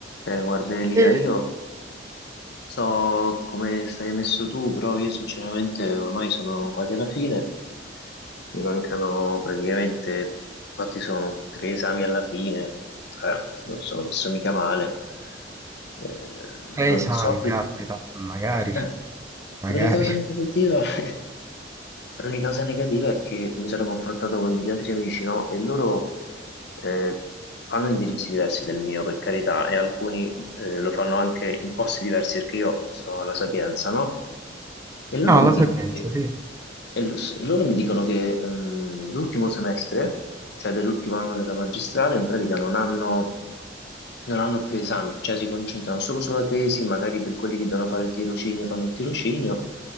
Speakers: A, on the left; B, on the right.
A: Eh, Guardelia,
B: Mh.
A: io non so come stai messo tu, però io sinceramente ormai sono quasi alla fine, mi mancano praticamente, quanti sono? Tre esami alla fine, cioè non sono messo mica male. Eh,
B: Tre
A: non
B: esami,
A: so più...
B: caspita, magari,
A: eh,
B: magari.
A: l'unica cosa negativa... <laughs> L'unica cosa negativa è che mi sono confrontato con degli altri amici, no? E loro eh, fanno indirizzi diversi del mio, per carità, e alcuni eh, lo fanno anche in posti diversi perché io sto alla Sapienza, no? E loro
B: No,
A: mi
B: la
A: dicono
B: sequenza,
A: che,
B: sì. Un
A: e lo- s- loro mi dicono che ehm, l'ultimo semestre, cioè dell'ultimo anno della magistrale, in pratica non hanno, non hanno più esami, cioè si concentrano solo sulla tesi, magari per quelli che devono fare il tirocinio fanno il tirocinio